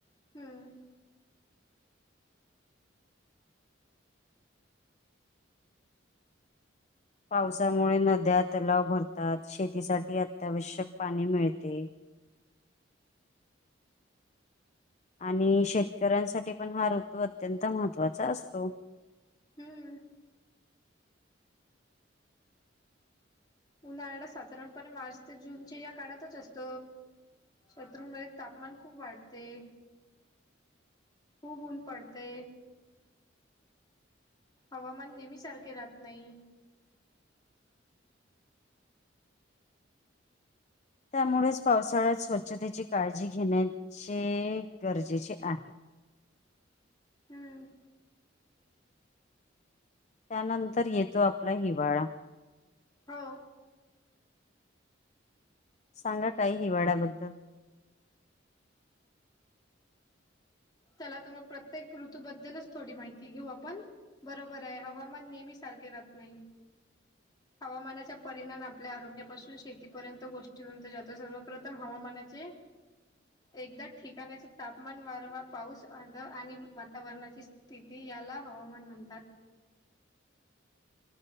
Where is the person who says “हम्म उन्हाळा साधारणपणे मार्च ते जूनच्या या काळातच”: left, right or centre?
Left